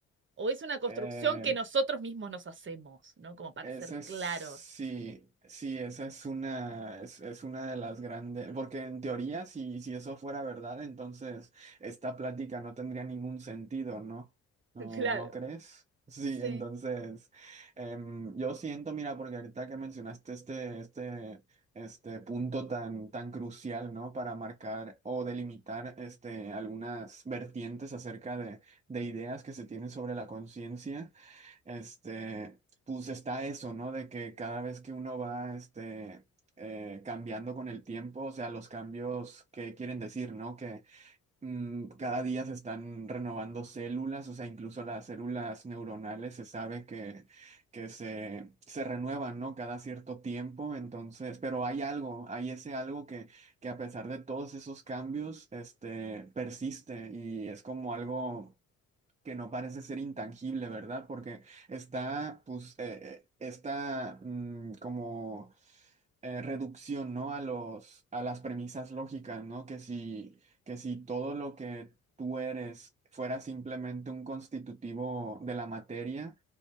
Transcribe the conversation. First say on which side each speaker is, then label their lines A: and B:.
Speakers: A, on the right (about 40°); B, on the right (about 25°).
A: o es una construcción
B: Eh,
A: que nosotros mismos nos hacemos, ¿no? Como para
B: Esa
A: ser
B: es,
A: claros.
B: sí, sí, esa es una, es, es una de las grandes, porque en teoría, si, si eso fuera verdad, entonces esta plática no tendría ningún sentido, ¿no? ¿No,
A: <laughs> Claro.
B: no crees? <laughs> Sí,
A: Sí,
B: entonces, em, yo siento, mira, porque ahorita que mencionaste este, este, este punto tan, tan crucial, ¿no? Para marcar o delimitar, este, algunas vertientes acerca de, de ideas que se tienen sobre la conciencia. Este, pues está eso, ¿no? De que cada vez que uno va, este, eh, cambiando con el tiempo, o sea, los cambios que quieren decir, ¿no? Que mm, cada día se están renovando células, o sea, incluso las células neuronales se sabe que, que se, se renuevan, ¿no? Cada cierto tiempo, entonces, pero hay algo, hay ese algo que, que a pesar de todos esos cambios, este, persiste y es como algo que no parece ser intangible, ¿verdad? Porque está, pues, eh, eh, está mm, como eh, reducción, ¿no? A los, a las premisas lógicas, ¿no? Que si, que si todo lo que tú eres fuera simplemente un constitutivo de la materia,